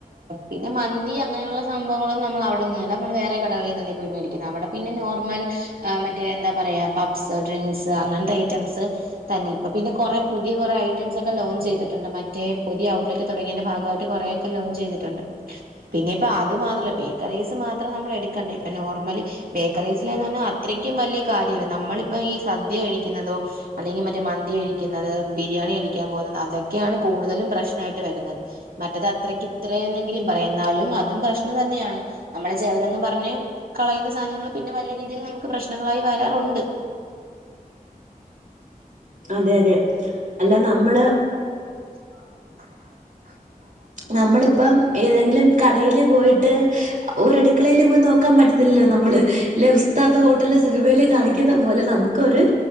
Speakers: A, on the right; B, on the right.
A: പിന്നെ മന്തി അങ്ങനെയുള്ള സംഭവങ്ങളൊന്നുംഅവിടെൊന്നല്ല നമ്മൾ വേറെ കടകളിൽന്നല്ല പോയി മേടിക്കുന്നത് അവിടെന്നെ നോർമൽ ആ് മറ്റേ എന്താ പറയാ പബ്സ് ഡ്രിങ്ക്സ് അങ്ങനത്തെ ഐറ്റംസ് തന്നെ ഇപ്പൊ പിന്നെ കുറ പുതിയ കുറേ ഐറ്റംസ് ഒക്കെ ലോഞ്ച് ചെയ്തിട്ടുണ്ട് മറ്റേ പുതിയ ഔട്ട്ലെറ്റൊക്കെതുടങ്ങിയന്റെ ഭാഗമായിട്ട് കുറ പ്പം ലോഞ്ച്ചെയ്തിട്ടുണ്ട് പിന്നെ ഇപ്പ അത് മാത്രമല്ല ബേകറീസ് മാത്രം നമ്മൾ എടുക്കണ്ട ഇപ്പ നോർമല് ബേക്കറീസിലന്ന് പറഞ്ഞാൽ അത്രയ്ക്കും വലിയ കാര്യമില്ല നമ്മളിപ്പ ഈ സദ്യ കഴിക്കുന്നതോ അല്ലെങ്കിൽ മറ്റേ മന്തി കഴിക്കുന്നത് ബിരിയാണി കഴിക്കാൻ പോകുന്നത് അതൊക്കെയാണ് കൂടുതലും പ്രശ്നമായിട്ട് വരുന്നത് മറ്റത് അത്രക്ക് ഇത്ര എന്നെങ്കിലും പറയുന്നാലും അതും പ്രശ്നം തന്നെയാണ് നമ്മളെ ചെറുതന്നും പറ <unintelligible> കളയുന്ന സാധനങ്ങള്ൾ പിന്നെ വല രീതിയിൽ നമുക്ക് പ്രശ്നങ്ങളായി വരാറുണ്ട്
B: അതെ അതെ അല്ല നമ്മള്
A: ആ <unintelligible>
B: നമ്മളിപ്പം ഏതെങ്കിലും കടയില് പോയിട്ട് ഓലടുക്കളയിയില് പോയി നോക്കാൻ പറ്റത്തില്ലല്ലോ നമ്മള് ല്ലേ ഉസ്താദ് ഹോട്ടൽ സിനിമൽ കാണിക്കുന്ന പോലെ നമുക്ക് ഒരു